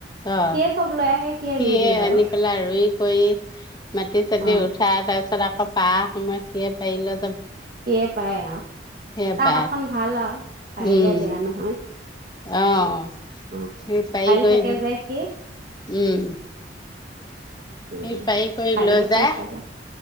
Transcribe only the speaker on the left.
অ'।
সিয়ে
আনি পেলাই ৰুই। অই মাটি চাতি
উঠাই, তাৰপিচত। পিছত আকৌ পাৰা সময়ত সিয়ে পাৰিলে।
সিয়ে
পায়
উম
অ'
সি
<unintelligible>
উম।
সি পাৰি কৰি
লৈ যায়